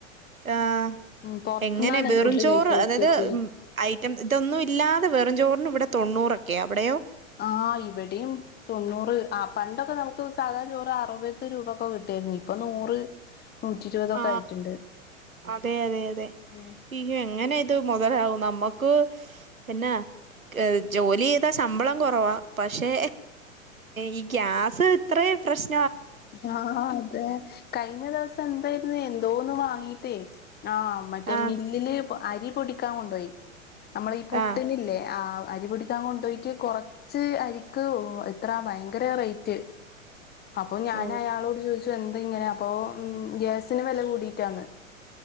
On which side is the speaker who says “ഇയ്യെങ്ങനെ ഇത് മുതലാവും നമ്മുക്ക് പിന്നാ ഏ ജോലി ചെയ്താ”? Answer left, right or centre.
Right